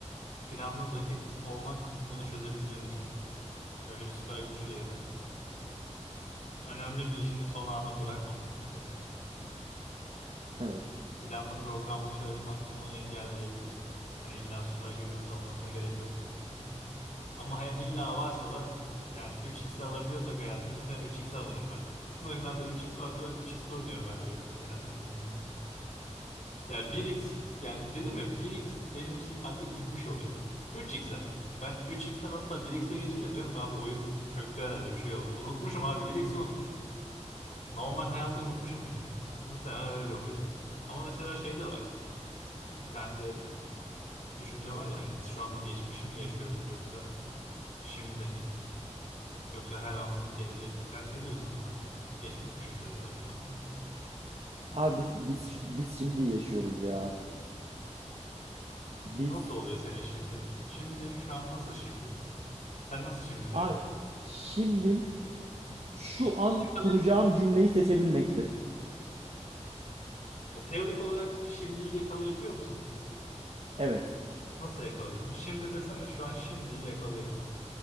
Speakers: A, on the left (about 75°); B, on the right (about 60°).
A: planlı dakik olmak bunu çözebileceğini düşünüyorum. Öyle bir süper güç yerine. Önemli bir işini son ana bırakmamak mesela.
B: Evet.
A: Planlı programlı çalışmak bunu engelleyebilir. Hani illa süper gücümüz olmasına gerek yok diye düşünüyorum. Ama he, illa varsa da yani 3x'i alabiliyorsak hayatım muhtemelen 3x alırım ben. Bütün oyunlarda 3x varsa ben 3x'te oynuyorum her oyunu mesela düşündüğümde. Ya bir x ya dedim ya bir x benim için artık bitmiş oluyor. 3x abi. Ben 3x'ten hatta bir xe geçince diyorum abi oyun çöktü herhalde bir şey oldu. Unutmuşum abi bir xi unutmuşum. Normal hayatı unutmuşum yani. Muhtemelen öyle olurdu. Ama mesela şey de var. Bir tane de düşünce var ya hani biz şu anda geçmişi mi yaşıyoruz yoksa şimdi de miyiz? Yoksa her anımız gelecek mi? Sen ne diyorsun buna? Geçmiş mi yaşıyoruz abi şu anda?
B: Abi biz, biz, biz şimdi yaşıyoruz ya. Biz
A: Nasıl oluyor senin şimdi? Şimdi şu an nasıl şimdi? Sen nasıl şimdi diyor.
B: abi şimdi şu
A: Şimdiyi
B: an
A: yakalayabiliyor
B: kuracağım
A: musun?
B: cümleyi seçebilmektir.
A: Ya teorik olarak şimdiyi yakalayabiliyor musun?
B: Evet.
A: Nasıl yakalıyorsun? Şimdi desene. Şu an şimdiyi yakalıyorum de.